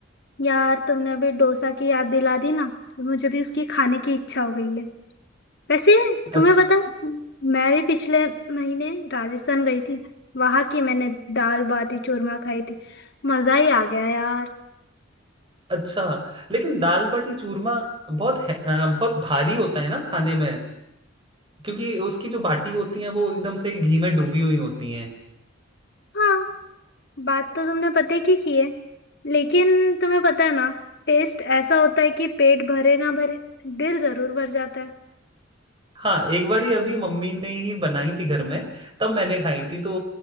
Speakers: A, on the left; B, on the right.
A: यार तुमने अभी डोसा की याद दिला दी ना तो मुझे भी उसकी खाने की इच्छा हो गई है वैसे
B: अच्छा।
A: तुम्हें पता है मैं भी पिछले महीने राजस्थान गई थी वहां की मैंने दाल बाटी चूरमा खाई थी मजा ही आ गया यार
B: अच्छा लेकिन दाल बाटी चूरमा बहुत है, अ, बहुत भारी होता है ना खाने में क्योंकि उसकी जो बाटी होती है वो एकदम से घी में डूबी हुई होती हैं
A: हाँ बात तो तुमने पते की की है लेकिन तुम्हें पता है ना टेस्ट ऐसा होता है कि पेट भरे ना भरे दिल जरूर भर जाता है
B: हाँ एक बारी अभी मम्मी ने ही बनाई थी घर में तब मैंने खाई थी तो